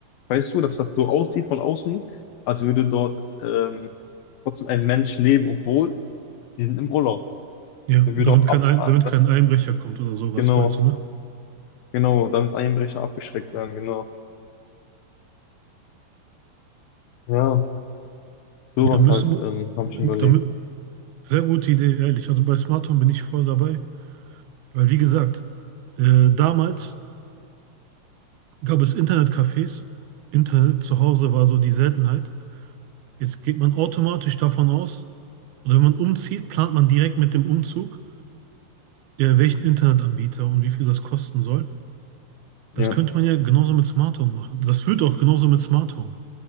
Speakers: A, on the left; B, on the right.
A: weißt du, dass das so aussieht von außen, als würde dort ähm, trotzdem ein Mensch leben, obwohl die sind im Urlaub.
B: ja,
A: Man
B: damit
A: würde auch
B: kein,
A: ab,
B: Ein- damit
A: das,
B: kein Einbrecher kommt oder sowas,
A: genau.
B: meinst du, ne?
A: Genau, damit Einbrecher abgeschreckt werden, genau. Ja, sowas
B: Ja, müsste
A: halt,
B: man,
A: ähm, habe ich mir überlegt.
B: damit, sehr gute Idee, ehrlich. Also bei Smart Home bin ich voll dabei, weil wie gesagt, äh, damals gab es Internetcafés, Internet zu Hause war so die Seltenheit. Jetzt geht man automatisch davon aus, oder wenn man umzieht, plant man direkt mit dem Umzug, ja, welchen Internetanbieter und wie viel das kosten soll.
A: Ja,
B: Das könnte man ja genauso mit Smart Home machen. Das wird auch genauso mit Smart Home.